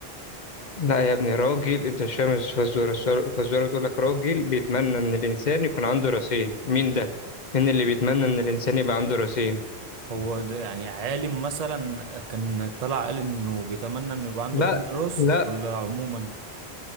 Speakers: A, on the left (about 50°); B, on the right (about 45°).
A: لا يا ابني راجل انت مش فاهم الفزوره السؤال- الفزوره بتقول لك راجل بيتمنى ان الانسان يكون عنده راسين مين ده مين اللي بيتمنى ان الانسان يبقى عنده راسين
B: هو ده يعني عالم مثلا كان طلع قال انه بيتمنى انه يبقى عنده
A: لا
B: اتنين راس
A: لا
B: ولا عموما